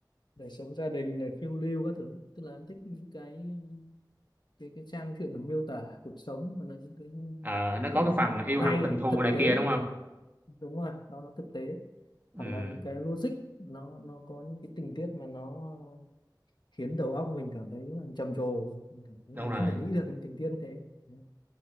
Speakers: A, on the left (about 70°); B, on the right (about 25°).
A: đời sống gia đình này phiêu lưu các thứ tức là em thích những cái cái cái trang truyện nó miêu tả cuộc sống và là những cái
B: Ờ, nó
A: tình
B: có cái
A: tiết
B: phần
A: nó
B: yêu
A: hay
B: hận tình thù
A: thực
B: này
A: tế
B: kia đúng không?
A: đúng rồi nó nó thực tế
B: Ừ,
A: hoặc là những cái logic nó nó có những cái tình tiết mà nó khiến đầu óc mình cảm thấy là trầm trồ mình cảm thấy
B: đúng
A: là mình
B: rồi.
A: không thể nghĩ được những tình tiết như thế Đấy.